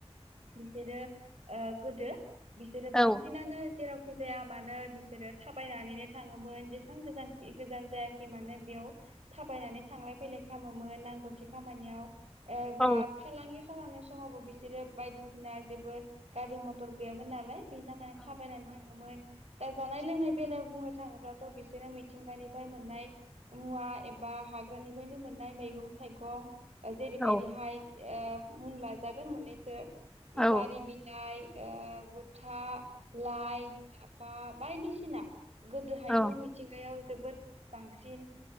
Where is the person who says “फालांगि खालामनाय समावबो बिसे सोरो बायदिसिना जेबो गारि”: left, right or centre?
Right